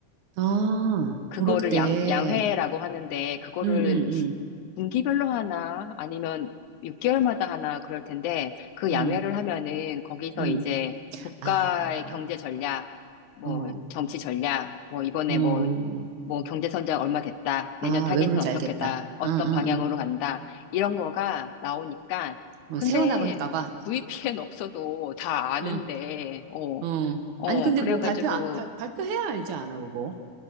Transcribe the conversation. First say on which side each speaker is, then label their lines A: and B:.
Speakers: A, on the right; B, on the left.
A: 아,
B: 그거를
A: 고를 때,
B: 양, 양회라고 하는데, 그거를
A: 음, 음,
B: 분기별로 하나, 아니면 6개월마다 하나 그럴 텐데, 그
A: 음,
B: 양회를 하면은 거기서
A: 음, 음.
B: 이제 국가의
A: 아,
B: 경제 전략, 뭐
A: 어,
B: 정치 전략, 뭐 이번에
A: 어.
B: 뭐, 뭐 경제 성장 얼마 됐다,
A: 아,
B: 내년 타겟은
A: 왜 그런지
B: 어떻게다,
A: 알겠다.
B: 어떤
A: 응, 응,
B: 방향으로 간다, 이런 거가 나오니까,
A: 응.
B: 근데
A: 어, 세워나갈까 봐.
B: VPN 없어도 다 아는데,
A: 응,
B: 어,
A: 어.
B: 어,
A: 아니, 근데
B: 그래가지고,
A: 뭐 발표, 아- 발, 발표해야 알지 않아, 그거.